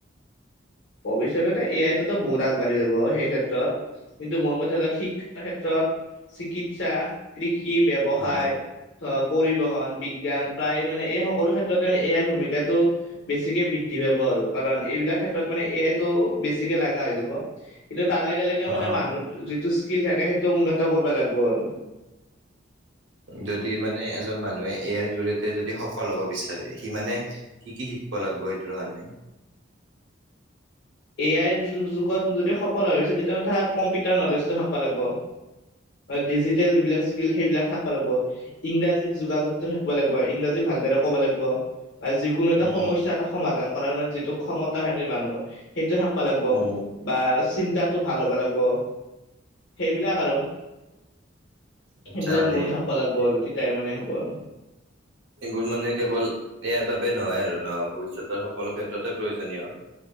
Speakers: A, on the left (about 65°); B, on the right (about 70°).
A: ভৱিষ্যতে এ আই টোতো বহুত আগবাঢ়ি যাব সেই ক্ষেত্ৰত, কিন্তু মোৰ মতে স শিক্ষাৰ ক্ষেত্ৰত। চিকিৎসা, কৃষি কি ব্যৱসায়,
B: অ
A: ধ পৰিবহন, বিজ্ঞান প্ৰায় মানে এই সকলো ক্ষেত্ৰ এ আইৰ ভূমিকাটো বেছিকে বৃদ্ধি পাব আৰু কাৰণ এইবিলাক ক্ষেত্ৰত মানে এ আইটো বেছি বেছিকে লগা হৈ যাব কিন্তু তাৰ লগে - লগে মানে
B: অ
A: মানুহত যিটো স্কিল থাকে সেইটো উন্নত কৰবা লাগব' আৰু।
B: যদি মানে এজন মানুহে এ আইৰ জৰিয়তে যদি সফল হব বিচাৰে সি মানে কি - কি শিকিব লাগিব এইটোৰ কাৰণে?
A: এ আইৰ যুগত যদি সফল হ'ব খুজিছা তেতিয়া কম্পিউটাৰ নলেজটো থাকবা লাগব। ডিজিটেল যিবিলাক স্কিল সেইবিলাক থাকবা লাগব, ইংৰাজী যোগাযোগতটো থাকিব লাগিব, ইংৰাজী ভালদৰে ক'ব লাগিব। যিকোনো এটা
B: উম
A: সমস্যা
B: উম
A: এটা সমাধান কৰাৰ মানে যিটো ক্ষমতা থাকে মানুহৰ। সিটো থাকবা লাগব',
B: উম
A: বা চিন্তাটো ভাল হ'বা লাগব। সেইবিলাক
B: আচ্ছা মানে
A: গুণ থাকবা লাগব
B: এ
A: আৰু তিতাহে মানে হ'ব আৰু।
B: এইবোৰ মানে কেৱল ইয়াৰ বাবে নহয় আৰু ন ভৱিষ্যতৰ সকলো ক্ষেত্ৰতে প্ৰয়োজনীয়